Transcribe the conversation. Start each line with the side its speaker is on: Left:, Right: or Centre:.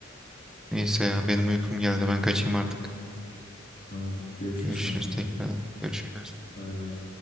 Centre: Neyse ya benim uykum geldi. Ben kaçayım artık.
Left: Tamam görüşürüz
Centre: Görüşürüz
Left: sonra.
Centre: tekrar. Görüşürüz.
Left: Bay bay.